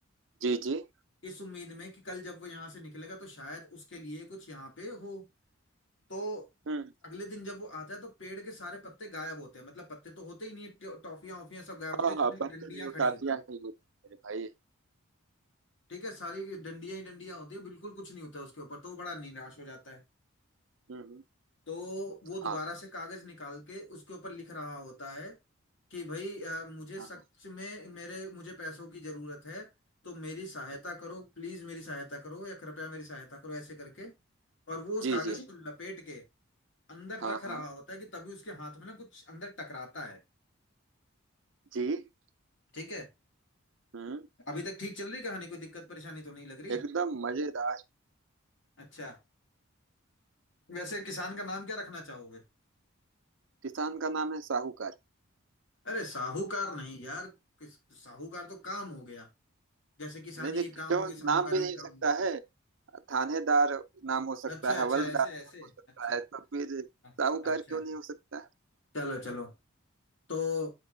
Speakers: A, on the right; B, on the left.
A: जी जी
B: इस उम्मीद में कि कल जब वो यहाँ से निकलेगा तो शायद उसके लिए कुछ यहाँ पे हो तो
A: हम्म
B: अगले दिन जब वो आता है तो पेड़ के सारे पत्ते गायब होते हैं मतलब पत्ते तो होते ही नहीं है टो- टॉफियां वॉफियां सब गायब होती
A: हाँ
B: है खाली
A: हाँ बचपन
B: डंडियां
A: में वो
B: खड़ी
A: काफिया
B: होती हैं
A: ही होती है मेरे भाई
B: ठीक है सारी डंडियां ही डंडियां होती है बिल्कुल कुछ नहीं होता उसके ऊपर तो वो बड़ा निराश हो जाता है
A: हम्म हम्म,
B: तो वो दोबारा
A: हाँ
B: से कागज निकाल के उसके ऊपर लिख रहा होता है कि भाई अ, मुझे
A: हाँ
B: सच
A: हाँ।
B: में मेरे मुझे पैसों की जरूरत है तो मेरी सहायता करो प्लीज मेरी सहायता करो या कृपया मेरी सहायता करो ऐसे करके और वो उस
A: जी
B: कागज
A: जी
B: को लपेट के अंदर
A: हाँ
B: रख रहा
A: हाँ
B: होता है कि तभी उसके हाथ में ना कुछ अंदर टकराता है
A: जी
B: ठीक है
A: हम्म
B: अभी तक ठीक चल रही कहानी कोई दिक्कत परेशानी तो नहीं लग रही
A: एकदम मजेदार
B: अच्छा वैसे किसान का नाम क्या रखना चाहोगे
A: किसान का नाम है साहूकार
B: अरे साहूकार नहीं यार किस साहूकार तो काम हो गया जैसे किसानी
A: नहीं नहीं
B: एक
A: क्यों
B: काम हो गई साहूकारी
A: नाम भी नहीं
B: एक
A: हो
B: काम
A: सकता
B: हो गई
A: है थानेदार नाम हो सकता
B: अच्छा
A: है
B: अच्छा
A: हवलदार
B: ऐसे
A: नाम
B: ऐसे
A: हो सकता
B: अच्छा
A: है तो फिर
B: हाँ,
A: साहूकार
B: अच्छा
A: क्यों नहीं हो सकता
B: चलो चलो तो,